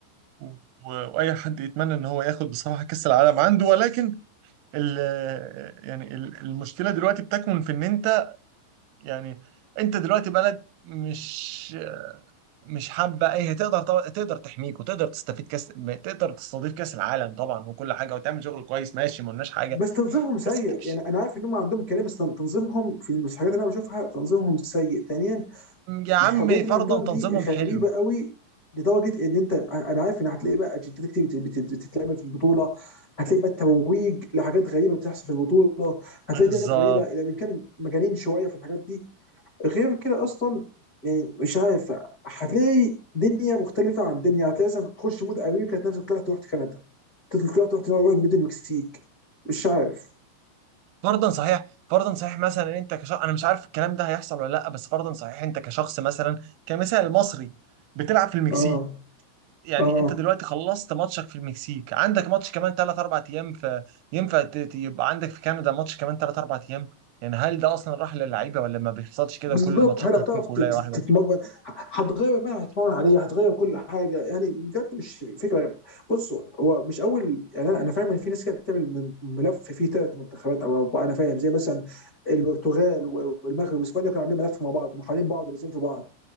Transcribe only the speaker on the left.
بس تنظيمهم سيء
يعني انا عارف ان هم عندهم كلام بس تنظيمهم في الحاجات اللي انا بشوفها تنظيمهم سيء ثانيا
الحريات اللي
عندهم دي
غريبه
قوي لدرجه ان انت انا عارف ان هتلاقي بقى اجندات كتير بت- بت- بتتلعب في البطوله هتلاقي بقى الترويج لحاجات غريبه بتحصل في البطوله هتلاقي
في حاجات غريبه اذا كان مجانين شويه في الحاجات دي غير كده اصلا يعني مش عارف هتلاقي دنيا مختلفه عن دنيا هتلاقي مثلا تخش مود امريكا تلاقي نفسك طلعت رحت كندا تطلع طلعت رحت رحت مود المكسيك مش عارف
اه
اه
بالظبط
هل هتعرف
تت-
تت-
تتمرن ه- هتغير الملعب هتتمرن عليه هتغير كل حاجه يعني بجد مش فكره بصوا هو مش اول يعني انا أنا فاهم ان في ناس كده بتعمل م- ملف فيه ثلاث منتخبات او اربعه انا فاهم زي مثلا البرتغال والمغرب واسبانيا كانوا عاملين ملف مع بعض ومحاولين بعض ولازم في بعض